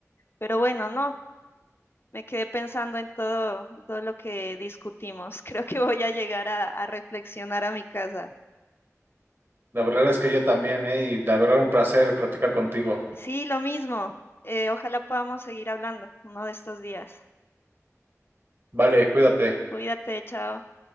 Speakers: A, on the left; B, on the right.
A: Pero bueno, no, me quedé pensando en todo, en todo lo que discutimos. <laughs> Creo que voy a llegar a, a reflexionar a mi casa.
B: La verdad es que yo también, ¿eh? Y la verdad un placer platicar contigo.
A: Sí, lo mismo. Eh, ojalá podamos seguir hablando uno de estos días.
B: Vale, cuídate.
A: Cuídate, chao.